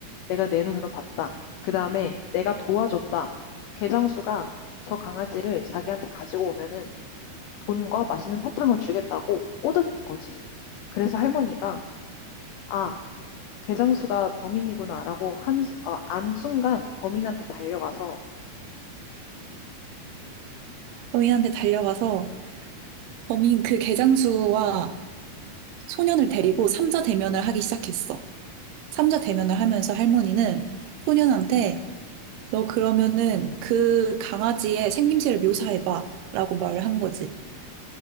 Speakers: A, on the left; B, on the right.
A: 내가 내 눈으로 봤다. 그 다음에 내가 도와줬다. 개정수가 저 강아지를 자기한테 가지고 오면은 돈과 맛있는 사탕을 주겠다고 꼬드긴 거지. 그래서 할머니가, 아, 개장수가 범인이구나라고 한, 수- 어, 안 순간 범인한테 달려가서,
B: 범인한테 달려가서 범인 그 개장수와 소년을 데리고 삼자 대면을 하기 시작했어. 삼자 대면을 하면서 할머니는 소년한테 너 그러면은 그 강아지의 생김새를 묘사해봐 라고 말을 한 거지.